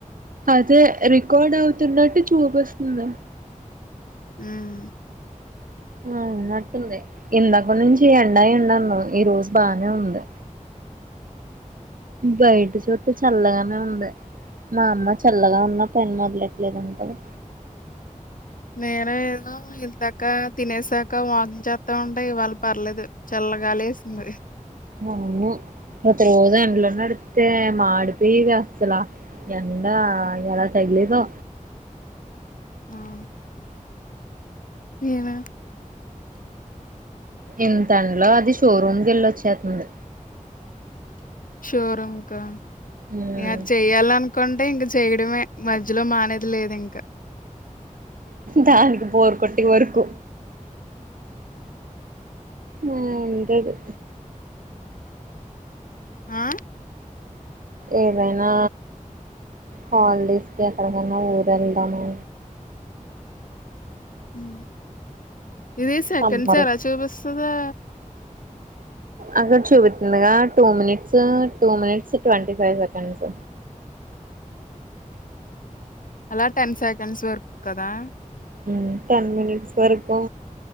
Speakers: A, on the right (about 85°); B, on the left (about 80°).
A: అదే రికార్డ్ అవుతున్నట్టు చూపిస్తుంది
B: ఉమ్
A: మయ్ ఊన్నట్టుంది ఇందాక నుంచి ఎండా ఏంది అన్నావ్ ఈ రోజు బానే ఉంది బయట సో సై చల్లగానే ఉంది మా అమ్మ చల్లగా ఉన్న పెని మొదలట్లేదుంటారు
B: నేను ఏదో ఇందక తినేసాక వాకింగ్ చేేస్తా ఉంటే ఇవాళ పర్లేదు చల్లగాలి ఏస్తుంది
A: మ అవును ప్రతి రోజు ఎండలో నడితే మాడిపోయిది అసలా ఎండా ఎలా తగేలెదో
B: ఆహ్ ఏ వె
A: ఇంత ఎండ్లో అది షోరూం కి వెళ్లొచ్చేస్తుంది
B: షోరూంకా
A: మ్మ్
B: ఏట్ చేయాలి అనుకో కొంటే ఇంక చేయడమే మధ్యలో మానేది లేదు ఇంకా
A: దానికిబొరు కొట్టటే వరుకు ఆ అంతేది
B: ఆ
A: ఏదైనా హాలిడేస్కి ఎక్కడికన్నా ఊరు వెళ్దామే
B: హు ఇది సెకండ్స్
A: సమ్మర్
B: ఎలా చూపిస్తుదే
A: అక్కడ చూపుతుందిగా two minutes two minutes twenty five seconds
B: అలా టెన్ సెకండ్స్ వరకు కదా
A: హు టెన్ మనిట్స్ వరకు